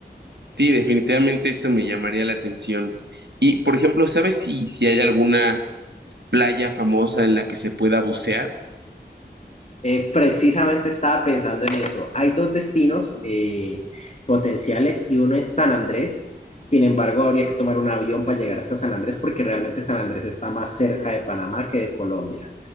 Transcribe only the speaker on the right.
Sí, definitivamente eso me llamaría la atención. Y, por ejemplo, ¿sabes si, si hay alguna playa famosa en la que se pueda bucear?